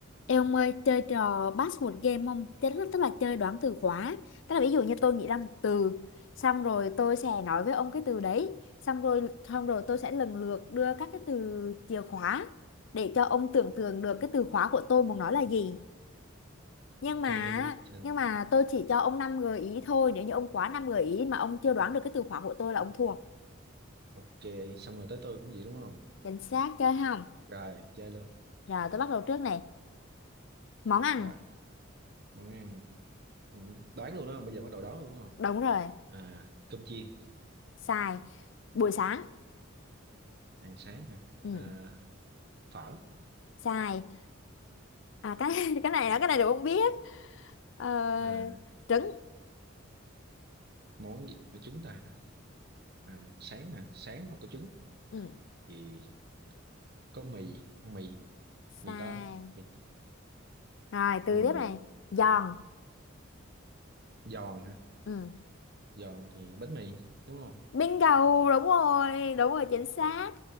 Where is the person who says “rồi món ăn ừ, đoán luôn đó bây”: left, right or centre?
Right